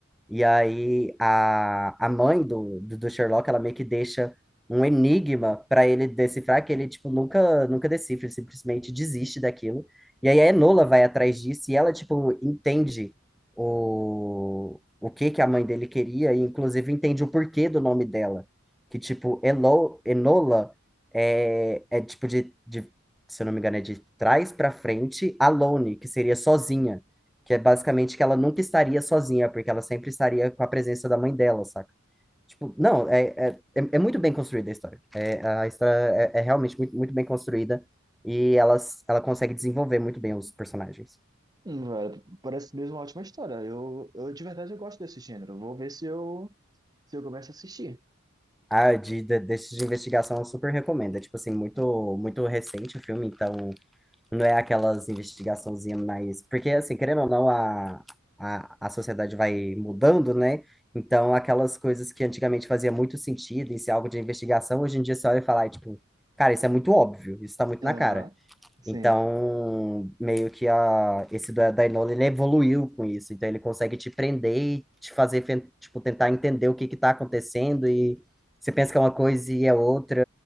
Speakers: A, in the centre; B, on the right.
A: E aí a, a mãe do, do, do Sherlock, ela meio que deixa um enigma para ele decifrar que ele tipo nunca nunca decifra, ele simplesmente desiste daquilo. E aí a Enola vai atrás disso e ela tipo entende o o que que a mãe dele queria e inclusive entende o porquê do nome dela, que tipo Elo, Enola é, é tipo de, de se eu não me engano é de trás para frente, alone, que seria sozinha. Que é basicamente que ela nunca estaria sozinha, porque ela sempre estaria com a presença da mãe dela, saca? Tipo, não, é, é, é é muito bem construída a história. É, a história é, é realmente muito, muito bem construída e ela, ela consegue desenvolver muito bem os personagens.
B: Hum, velho, parece mesmo uma ótima história. Eu, eu de verdade eu gosto desse gênero. Vou ver se eu, se eu começo a assistir.
A: A de, de, desses de investigação eu super recomendo. É, tipo assim, muito, muito recente o filme, então Não é aquelas investigaçãozinhas mais. Porque, assim, querendo ou não, a, a, a sociedade vai mudando, né? Então, aquelas coisas que antigamente fazia muito sentido em ser algo de investigação, hoje em dia você olha e fala, ai, tipo, cara, isso é muito óbvio, isso tá muito
B: Aham,
A: na cara.
B: sim.
A: Então, meio que a, esse do da Enola, ele evoluiu com isso. Então, ele consegue te prender e te fazer, fen- tipo, tentar entender o que que tá acontecendo e você pensa que é uma coisa e é outra.